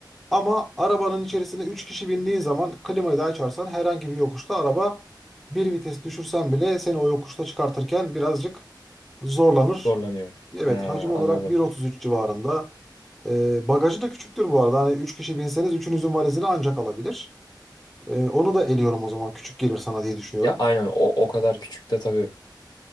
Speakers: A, in the centre; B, on the left.
A: Ama arabanın içerisinde 3 kişi bindiği zaman klimayı da açarsan herhangi bir yokuşta araba bir vites düşürsen bile seni o yokuşta çıkartırken birazcık zorlanır.
B: Zorlanıyor.
A: Evet
B: Ha,
A: hacim olarak
B: anladım.
A: 1.33 civarında. Ee, bagajı da küçüktür bu arada. Hani 3 kişi binseniz üçünüzün valizini ancak alabilir. Ee, onu da eliyorum o zaman küçük gelir sana diye düşünüyorum.
B: Ya aynen o, o kadar küçük de tabii.